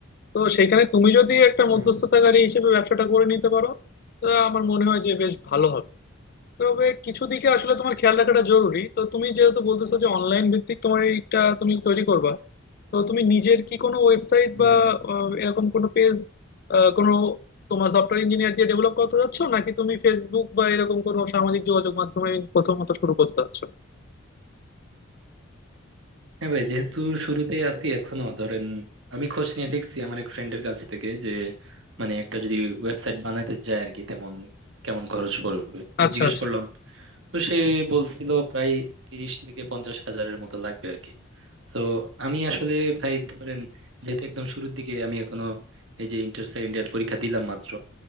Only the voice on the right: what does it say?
হম
হম
হম
হম।
হ্যাঁ ভাই যেহেতু শুরুতে আছি এখনো ধরেন আমি খোঁজ নিয়ে দেখছি আমার এক ফ্রেন্ডের কাছ থেকে যে মানে একটা যদি ওয়েবসাইট বানাতে যায় আর কি তেমন কেমন খরচ পড়বে তো
জিজ্ঞেস
করলাম তো সে বলছিল প্রায় তিরিশ থেকে পঞ্চাশ হাজারের মতো লাগবে আর কি তো আমি আসলে ভাই ধরেন যেহেতু একদম শুরুর দিকে আমি এখনো এই যে ইন্টার সেকেন্ড ইয়ার পরীক্ষা দিলাম মাত্র